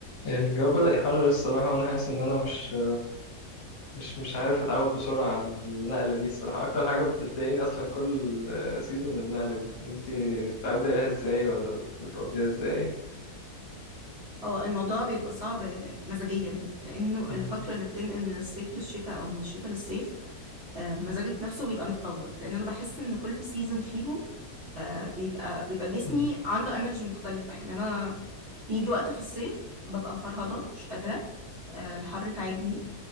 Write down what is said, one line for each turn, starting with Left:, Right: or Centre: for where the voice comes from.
Left: الجو بدأ يحرر الصراحة وأنا حاسس إن أنا مش مش مش عارف أتعود بسرعة على النقلة دي الصراحة أكتر حاجة بتضايقني أصلا كل سيزون النقلة دي أنت بتتعودي عليها إزاي ولا بت- بتقضيها إزاي؟
Right: اه الموضوع بيبقى صعب آه، مزاجيا لانه الفتره
Left: مم.
Right: اللي بتنقل من الصيف للشتاء او من الشتاء للصيف آه، مزاجك نفسه بيبقى متلخبط لان انا بحس ان كل سيزون فيهم آه، بيبقى بيبقى جسمي
Left: مم.
Right: عنده انرجي مختلفه يعني انا بيجي وقت في الصيف ببقى مفرهده مش قادره آه، الحر تعبني